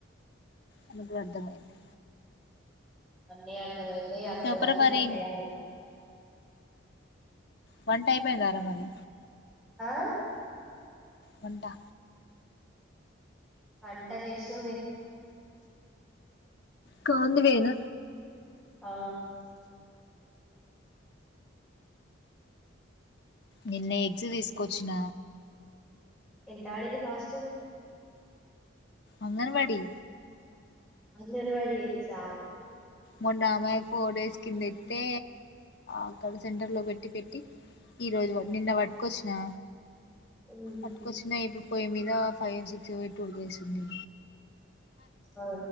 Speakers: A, on the left; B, in the centre.
A: అనుకు అర్థమయింది
B: అన్నీ అర్ధమయితే అప్పుడు
A: చెప్పరా
B: గాని
A: మరి
B: చెట్ అయ్యాడు
A: వన్ టైప్ అయింది అారా మరి
B: ఆ
A: వంటా
B: పంట చేస్తుంది
A: కా ద వేద
B: ఆ
A: నిన్న ఎగ్స్ తీసుకొచ్చిన
B: ఎంతాడిని కాస్ట్
A: అంగన్వాడి
B: అంగన్వాడి ఎక్సా
A: మొన్న అమాయి ఫోర్ డేస్ కింద ఎయితే అక్కడ సెంటర్ లో పెట్టి పెట్టి ఈ రోజు నిన్న పడ్కొచ్చినా
B: మ్మ్ఉహ్మ్
A: అటుకొచ్చినా ఇప్పుడు పొయ్యి మీద ఫైవ్ సిక్స్ ఎయి టూర్కి వేస్తుంది
B: ఆ